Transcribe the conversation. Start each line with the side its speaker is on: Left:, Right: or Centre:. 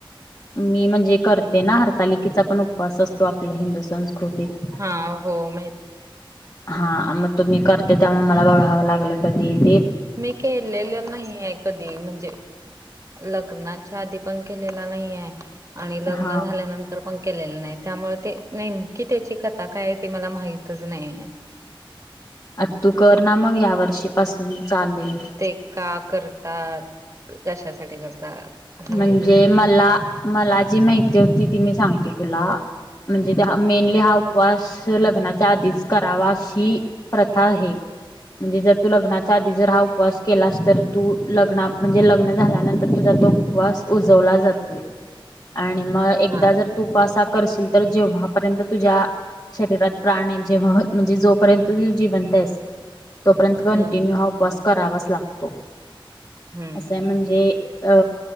Left: मी म्हणजे करते ना हरतालिकेचा पण उपवास असतो. आपल्या हिंदू संस्कृती -
Right: हा हो माहित
Left: हा मग तुम्ही करते त्यामुळे मला बघावं लागलं कधी -
Right: मी केलेलं नाही आहे कधी म्हणजे लग- लग्नाच्या आधी पण केलेला नाही आहे आणि लग्न
Left: हा
Right: झाल्यानंतर पण केलेलं नाही. त्यामुळे ते नेमकीि त्याची कथा काय ते मला माहितच नाही आहे.
Left: आ तू कर ना मग या वर्षी पासून. चालेल
Right: ते का करतात कशासाठी करतात? असं
Left: म्हणजे
Right: माहितच नाही
Left: मला मला जी माहिती होती ती मी सांगते तुला, म्हणजे मेनली हा उपवास लग्नाच्या आधीच करावा हशी प्रथा आहे. म्हणजे जर तू लग्नाच्या आधी जर हा उपवास केलास तर तू लग्ना म्हणजे लग्न झाल्यानंतर तुझा तो- उपवास उजवला जातोय आणि मग एकदा
Right: हा.
Left: जर तुसा- करशील तर जेव्हापर्यंत तुझ्या - शरीरात प्राण जेव्हा म्हणजे जोपर्यंत जिवंत आहेस, तोपर्यंत कंटिन्यू
Right: हम्म
Left: हा उपवास करावाच लागतो
Right: हम्म
Left: असं म्हणजे - अ